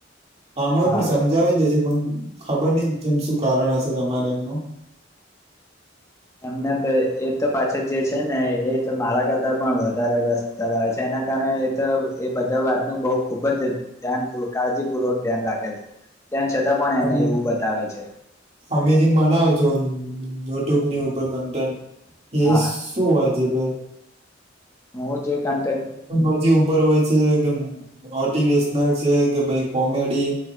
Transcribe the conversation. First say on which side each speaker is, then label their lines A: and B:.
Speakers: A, on the right; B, on the left.
A: આમાં
B: હા
A: પણ સમજાવી દે છે પણ ખબર નહી કેમ શું કારણ હશે તમારે એમનું.
B: એમને તો એ તો પાછો જે છે ને એ તો મારા કરતા પણ વધારે રસ્તય કરાએ છે. એના કારણે એ તો એ બધા વાતનું બહુ ખુબજ જ્યાન કાળજીપૂર્વક ધ્યાન રાખે છે. તેમ છતાં પણ
A: તમે
B: એને એવું બતાવે છે
A: અમે જેમ મનાવ છો યુટ્યુબ ની ઉપર કન્ટેન્ટ એ
B: હા
A: શું હોય છે ભાઈ
B: હું જે કન્ટેન્ટ
A: મજી ઉપર હોય છે મોટેશનલ છે કે પછ કોમેડી